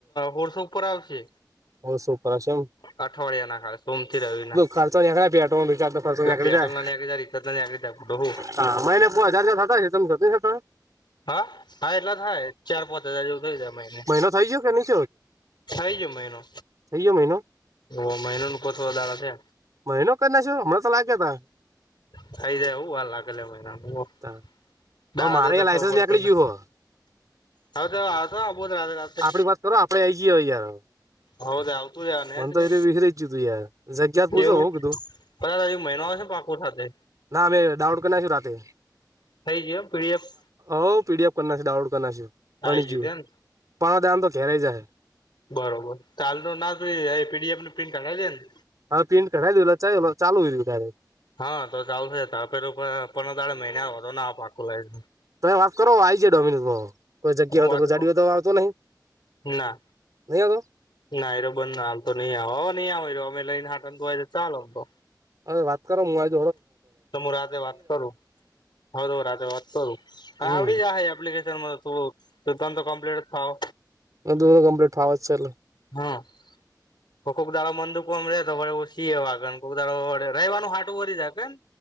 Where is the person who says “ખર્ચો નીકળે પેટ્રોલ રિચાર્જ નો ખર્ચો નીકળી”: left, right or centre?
Right